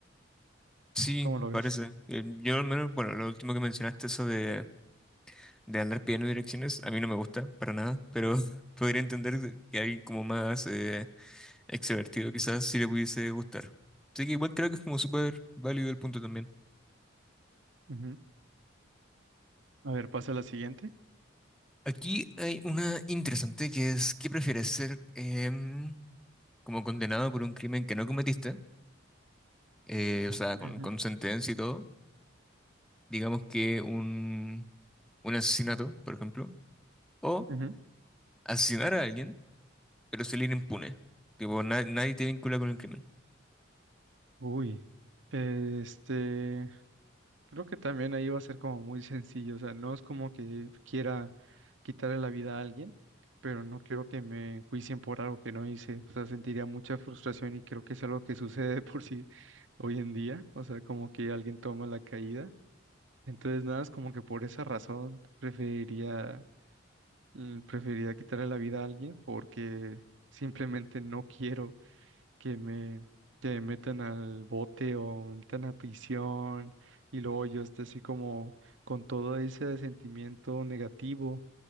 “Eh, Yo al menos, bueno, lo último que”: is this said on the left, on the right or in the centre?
Centre